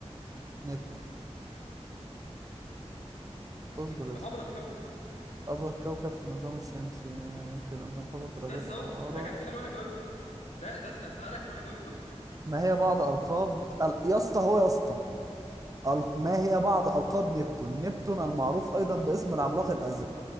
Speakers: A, on the right; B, on the left.
A: نبتون
B: ما
A: اصبر
B: أكيد
A: يا
B: بأبرد
A: اسطى
B: كوكب
A: ابرد كوكب في النظام الشمسي يمكن ان تنخفض درجات
B: بس
A: الحرارة
B: اهو ده كان سؤال وانا جاوبته ده ده كان سؤالك وانا جاوبته
A: ما هي بعض القاب ال- يا اسطى هو يا اسطى أل- ما هي بعض ألقاب نبتون نبتون المعروف أيضا باسم العملاق الأزرق